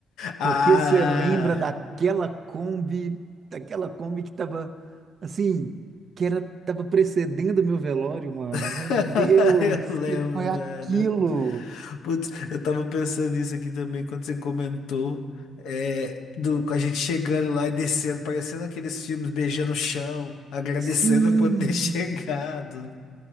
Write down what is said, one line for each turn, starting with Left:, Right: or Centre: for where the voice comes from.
Left: Ah!
Right: Porque você lembra daquela Kombi, daquela Kombi que tava assim, que era, tava precedendo meu velório, mano.
Left: <laughs>
Right: Meu Deus,
Left: Eu lembro,
Right: que que foi aquilo?
Left: velho. Putz, eu tava pensando nisso aqui também quando você comentou. É, do, a gente chegando lá e descendo, parecendo aqueles filmes, beijando o chão, agradecendo
Right: Sim!
Left: por ter <laughs> chegado.